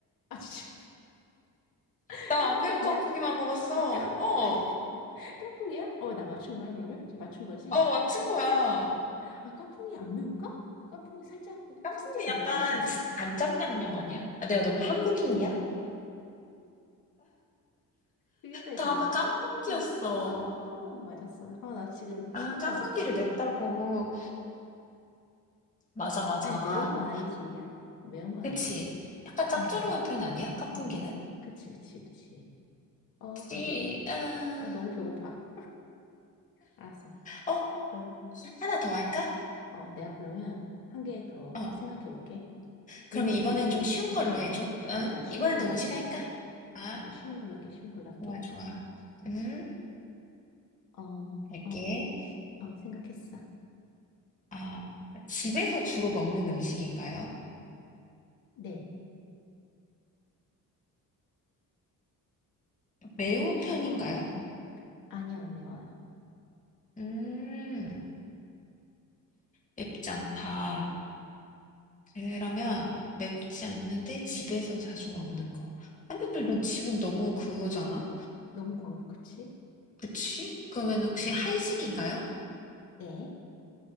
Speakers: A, on the left (about 75°); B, on the left (about 20°).
A: 아, 진짜. <laughs>
B: 나
A: 깐풍기야?
B: 안 매운 깐풍기만 먹었어.
A: 아, 깐,
B: 어,
A: 아, <laughs> 깐풍기야? 어, 나 맞춘 거야, 그러면? 지금 맞춘 거지?
B: 어, 맞춘 거야.
A: 아, 깐풍이 안 매운가? 깐풍이 살짝,
B: 깐풍기
A: 살짝
B: 약간
A: 매콤하지 않아?
B: 간장 양념 아니야? 아, 내가 너무 한국인이야?
A: 예? 그 약간 이렇게
B: 답은
A: 막,
B: 깐풍기였어.
A: 그, 아, 맞았어. 아, 나 지금 침
B: 아, 깐풍기를
A: 나와.
B: 맵다고. 맞아, 맞아.
A: 아니, 매운 건 아니지, 야? 매운 건
B: 그치?
A: 아니지.
B: 약간 짭조름한
A: 응,
B: 편 아니야? 깐풍기는?
A: 어. 그치, 그치, 그치. 어,
B: 찌,
A: 근데,
B: 아,
A: 아, 너무 배고파. 알았어.
B: 어?
A: 그럼
B: 하나 더 할까?
A: 어, 내가 그러면 한 개 더
B: 어,
A: 생각해 볼게.
B: 그럼
A: 음식이지?
B: 이번엔 좀 쉬운 걸로
A: 어,
B: 해줘.
A: 그러니까
B: 응?
A: 쉬운
B: 이번에도
A: 걸로
B: 음식
A: 할게.
B: 할까? 아,
A: 알아서 쉬운 걸로 할게, 쉬운 걸로 할게.
B: 좋아, 좋아. 음,
A: 어, 어,
B: 할게.
A: 어, 생각했어.
B: 아, 집에서 주로 먹는 음식인가요?
A: 네,
B: 매운
A: 쉬운
B: 편인가요?
A: 거야. 음. 아니야, 안 매워요.
B: 음, 맵지 않다. 그러면 맵지 않는데 집에서 자주 먹는 거. 근데 또 이건 집은 너무 그거잖아?
A: 너무 광복, 그치?
B: 그치? 그러면 혹시
A: 음.
B: 한식인가요?
A: 네,